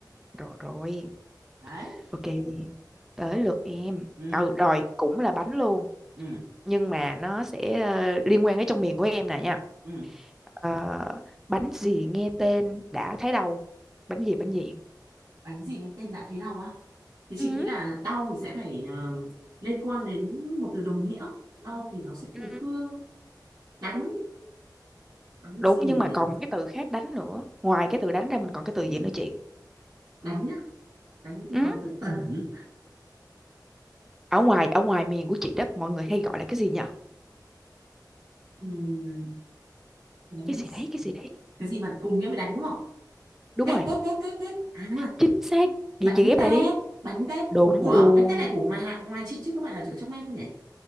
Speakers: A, in the centre; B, on the right.
A: rồi rồi
B: đấy
A: ok tới lượt em
B: ừ
A: ừ rồi cũng là bánh luôn
B: ừ
A: nhưng mà nó sẽ ờ, liên quan đến trong miền của em nè nha
B: ừ
A: Ờ, bánh gì nghe tên đã thấy đâu bánh gì bánh gì
B: bánh gì nghe tên đã thấy đau á? thì chị
A: Ừ.
B: nghĩ là đau thì sẽ phải à, liên quan đến một từ đồng nghĩa đau thì nó sẽ
A: Ừ.
B: từ thương đánh đánh
A: đúng
B: gì
A: nhưng mà
B: nhỉ?
A: còn một cái từ khác đánh nữa ngoài cái từ đánh ra mình còn cái từ gì nữa chị
B: đánh nhá đánh thì
A: Ừ.
B: còn từ tẩn
A: ở ngoài ở ngoài miền của chị đó mọi người hay gọi là cái gì nhở
B: Ừm, đánh
A: cái gì
B: s-
A: đấy cái gì đấy
B: cái gì mà cùng nghĩa với đánh đúng không
A: đúng
B: tét
A: rồi
B: tét tét tét tét à
A: chính xác vậy
B: bánh
A: chị ghép
B: tét
A: lại đi
B: bánh tét
A: đúng
B: ủa
A: luôn
B: bánh tét này của ngoài hạ ngoài chị chứ không phải là ở trong em đâu nhỉ